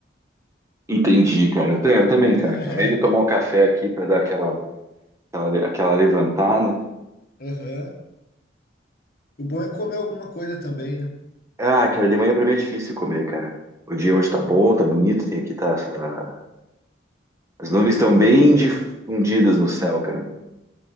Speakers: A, on the right (about 15°); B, on the left (about 50°).
A: Entendi, cara. Eu, te- eu também,
B: <laughs>
A: cara. Acabei de tomar um café aqui pra dar aquela, aquela, le- aquela levantada.
B: Aham. O bom é comer alguma coisa também, né?
A: Ah, cara, de manhã pra mim é difícil comer, cara. O dia hoje tá bom, tá bonito, tem aqui tá, tá... As nuvens estão bem difundidas no céu, cara.